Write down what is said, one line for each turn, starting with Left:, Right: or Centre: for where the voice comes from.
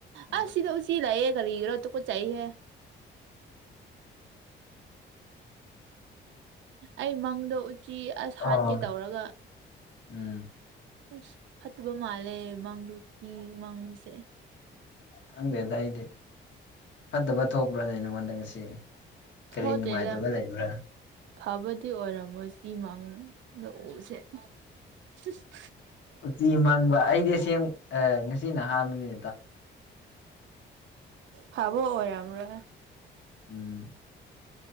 Left: ꯑꯣ
Right: ꯑꯁ ꯁꯤꯗ ꯁꯤ ꯂꯥꯏꯑꯦ ꯀꯔꯤꯒꯤꯔ ꯇꯨꯀꯠꯆꯩꯍꯦ ꯑꯩ ꯃꯪꯗꯣ ꯎꯆꯤ ꯑꯁ ꯍꯥꯠꯀꯦ
Left: ꯑꯥ
Right: ꯇꯧꯔꯒ
Left: ꯎꯝ
Right: ꯑꯁ ꯐꯠꯇꯕ ꯃꯥꯜꯂꯦ ꯃꯪꯗꯨ ꯆꯤ ꯃꯪꯉꯁꯦ
Left: ꯈꯪꯗꯦꯗ ꯑꯩꯗꯤ ꯐꯠꯇꯕ ꯊꯣꯛꯄ꯭ꯔꯣꯅꯦ ꯅꯉꯣꯟꯗ ꯉꯁꯤ ꯀꯔꯤ
Right: ꯊꯣꯠꯇꯦꯗ
Left: ꯅꯨꯡꯉꯥꯏꯇꯕ ꯂꯩꯕ꯭ꯔꯥ
Right: ꯐꯕꯗꯤ ꯑꯣꯏꯔꯝꯃꯣꯏ ꯁꯤ ꯃꯥꯡ ꯁꯦ <unintelligible>
Left: ꯎꯇꯤ ꯃꯪꯕ ꯑꯩꯗꯤ ꯑꯁꯦꯡ ꯉꯁꯤꯅ ꯑꯍꯥꯟꯕꯅꯦ
Right: ꯐꯕ ꯑꯣꯏꯔ ꯑꯃꯔ
Left: ꯎꯝ